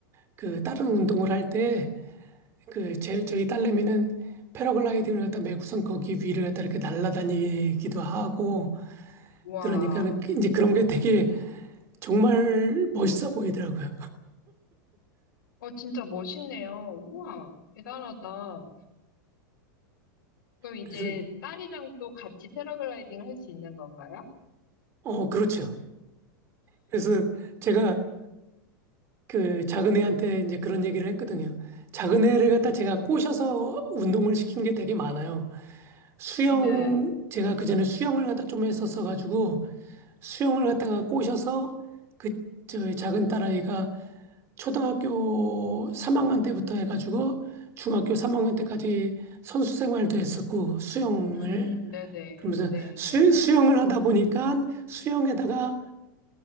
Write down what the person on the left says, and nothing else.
우와.
어, 진짜 멋있네요. 우와, 대단하다. 그럼 이제
딸이랑 또 같이 패러글라이딩 할 수 있는 건가요?
네.
음, 네네.
네네.